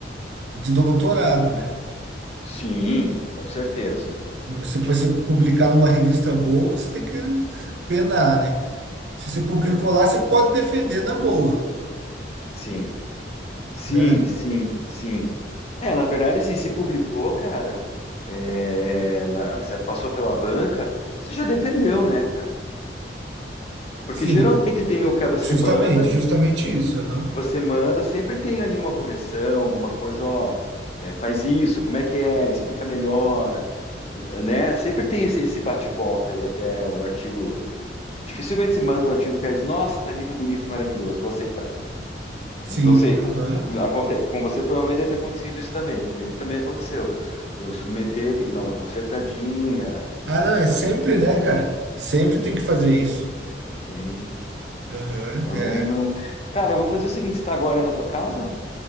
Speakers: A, on the right; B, on the left.
A: de doutorado, né?
B: Sim, com certeza.
A: Se você publicar numa revista boa, você tem que penar, né? Se você publicou
B: É,
A: lá, você pode defender na boa,
B: sim. Sim,
A: né?
B: sim, sim. É, na verdade, assim, se publicou, cara, é, na- se passou pela banca, você já defendeu, né, cara? Porque
A: Sim,
B: geralmente tem o que você
A: justamente,
B: manda,
A: justamente isso. aham.
B: você manda, sempre tem ali uma correção, alguma coisa, ó, é, faz isso, como é que é, explica melhor, né? Sempre tem esse, esse bate-volta aí até o artigo. Dificilmente se manda um artigo que diz, nossa, tá lindo, bonito e maravilhoso, vou aceitar.
A: Sim,
B: Não sei,
A: aham.
B: aconte- com você provavelmente deve ter acontecido isso também, comigo também aconteceu. Eu submeter, ter que dar uma consertadinha,
A: Ah, não,
B: ajeitar,
A: é sempre, né, cara? Sempre tem que fazer isso.
B: entende?
A: Aham,
B: Então,
A: é.
B: não. Cara, eu vou fazer o seguinte, você tá agora aí na tua casa?